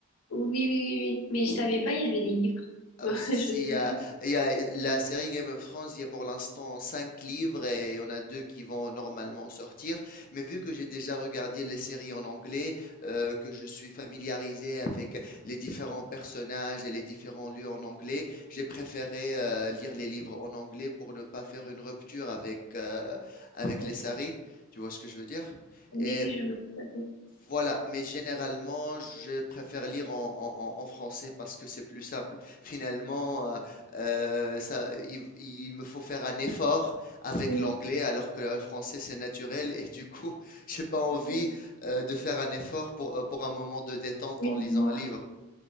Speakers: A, on the left; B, on the left.
A: Oui, oui, oui, oui. Mais je savais pas, il y avait les livres.
B: Ah,
A: <laughs>
B: aussi,
A: Je-
B: si, il y a, il y a la série Game of Thrones, il y a pour l'instant cinq livres et il y en a deux qui vont normalement sortir. Mais vu que j'ai déjà regardé les séries en anglais, euh, que je suis familiarisé avec les différents personnages et les différents lieux en anglais, j'ai préféré euh, lire les livres en anglais pour ne pas faire une rupture avec, euh, avec
A: Mhm.
B: les séries. Tu vois ce que je veux dire?
A: Oui,
B: Et
A: oui, je veux tout à fait.
B: voilà, mais généralement, je préfère lire en, en- en- en français parce que c'est plus simple. Finalement, euh, euh, ça, il, il me faut faire un effort avec
A: Oui,
B: l'anglais alors que le français, c'est naturel et du coup, <laughs> j'ai pas envie
A: oui,
B: euh, de faire un effort pour, euh, pour un moment de détente
A: oui,
B: en lisant
A: je vois.
B: un livre.